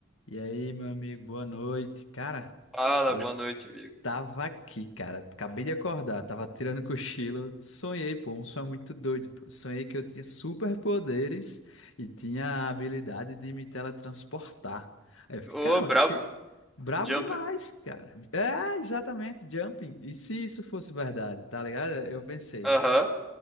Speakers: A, on the left; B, in the centre.
A: E aí, meu amigo, boa noite. Cara,
B: Fala,
A: eu
B: boa noite, amigo.
A: tava aqui, cara. Acabei de acordar, tava tirando cochilo. Sonhei, pô, um sonho muito doido, pô. Sonhei que eu tinha superpoderes e tinha a habilidade de me teletransportar. Aí eu fiquei,
B: Ô,
A: caramba,
B: brabo.
A: se... brabo
B: Jumper.
A: demais, cara. É, exatamente, jumping. E se isso fosse verdade, tá ligado? Eu pensei.
B: Aham,